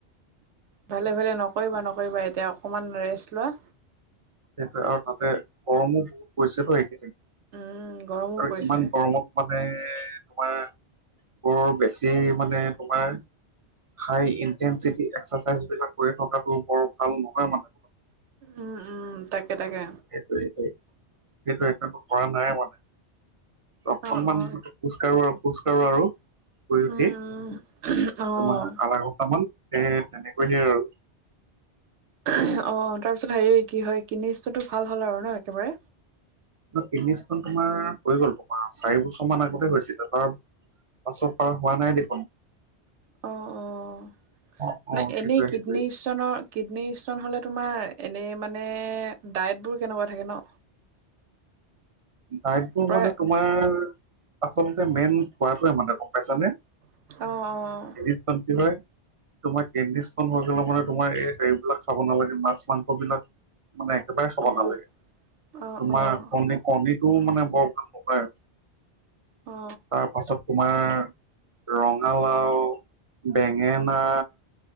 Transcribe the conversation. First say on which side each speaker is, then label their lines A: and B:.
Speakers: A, on the right; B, on the right.
A: ভালে ভালে নকৰিবা নকৰিবা এতিয়া অকণমান ৰেষ্ট লোৱা
B: সেই আৰু তাতে গৰমো বহুত পৰিছে বো এইকেইদিন
A: উম গৰমো
B: আৰু
A: পৰিছে
B: ইমান গৰমত মানে, তোমাৰ বৰ বেছি মানে তোমাৰ হাই ইনটেনচিটি এক্সাৰচাইজ বিলাক কৰি থকাাতটো বৰ ভাল নহয় মানে
A: উম, উম, তাকে তাকে
B: সেইটোটোৱ সেইটো এো কৰা নাই মানে ত অকনমান
A: অ অ
B: খোজ কঢ়ো আৰু, খোজ কাঢ়ো আৰু শু উঠি
A: উম
B: তোমাৰ
A: উম অ
B: আধা ঘন্টামান এে তেনেকৈ হে আৰু
A: অ', তাৰপিছত হেৰি কি হয় কিনিছোো ভাল হ'ল আৰু ন একেবাৰে
B: কিডনী ষ্টোন তোমাৰ হৈ গ'ল তোমাৰ চাৰি বছৰ মান আগতে হৈছিলে তাৰ পাছৰ পৰা হোৱা নাই দেখোন
A: অ',
B: অ', অ',
A: নে
B: সেইটোয়ে
A: এনেই কিডনী
B: সেইটোয়ে
A: ষ্টনৰ কিডনী ষ্টন হ'লে তোমাৰ এনেই মানে ডায়েটবোৰ কেনেকুৱা থাকে ন
B: ডাইটবোৰ
A: প্ৰায়
B: মানে তোমাৰ আচলতে মেইন খোৱাটোৱে মানে গম পাইছানে
A: অ', অ',
B: এৰিত চ কি হয় তোমাৰ কেিন হৈ গলে মানে তোমাৰ এই হেৰিবলাক খাব নালাগে মাছ মাংস বিলাক মানে একেবাৰে খব
A: অ অ
B: নালাগে
A: অ
B: তোমাৰ
A: অ
B: কণীটোও মানে বৰ ভাল ন পায়
A: অ
B: তাৰ পাছত তোমাৰ ৰঙালাও, বেঙেনা